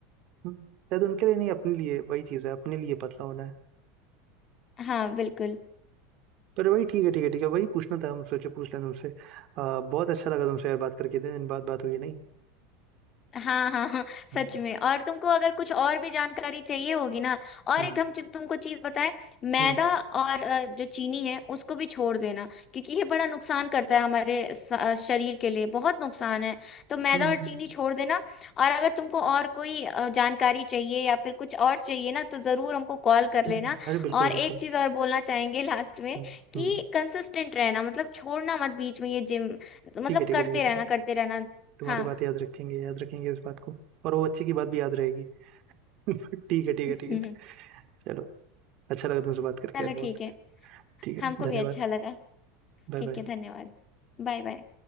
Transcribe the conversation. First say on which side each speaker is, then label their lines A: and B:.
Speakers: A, on the right; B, on the left.
A: हम्म। शायद उनके लिए नहीं अपने लिए वही चीज है अपने लिए पतला होना है
B: हाँ बिल्कुल
A: पर वही ठीक है ठीक है ठीक है वही पूछना था हम सोचे पूछ लें तुमसे आ, बहुत अच्छा लगा तुमसे यार बात करके इतने दिन बाद बात हुई है नहीं
B: हाँ हाँ हाँ
A: हम्म
B: सच में और तुमको अगर कुछ और भी जानकारी चाहिए होगी ना और
A: हम्म
B: एक हम चि- तुमको चीज बताएं मैदा
A: हम्म
B: और अ, जो चीनी है उसको भी छोड़ देना क्योंकि ये बड़ा नुकसान करता है हमारे स- अ, शरीर के लिए बहुत नुकसान है तो मैदा
A: हम्म, हम्म,
B: और चीनी छोड़ देना और अगर तुमको और कोई अ, जानकारी चाहिए या फिर कुछ और चाहिए ना तो जरूर हमको कॉल कर लेना
A: हम्म। अरे बिल्कुल
B: और
A: बिल्कुल
B: एक चीज और बोलना चाहेंगे लास्ट में
A: हम्म
B: कि
A: हम्म।
B: कंसिस्टेंट रहना मतलब छोड़ना मत बीच में ये जिम मतलब
A: ठीक है ठीक
B: करते
A: है ठीक है
B: रहना
A: ठीक है
B: करते रहना
A: तुम्हारी
B: हाँ
A: बात याद रखेंगे याद रखेंगे इस बात को और वो बच्चे की बात भी याद रहेगी <laughs> ठीक है ठीक
B: <laughs>
A: है ठीक है चलो अच्छा लगा तुमसे बात करके
B: चलो
A: यार बहुत
B: ठीक है
A: ठीक
B: हमको
A: है धन्यवाद
B: भी अच्छा लगा
A: Bye
B: ठीक
A: bye
B: है धन्यवाद Bye bye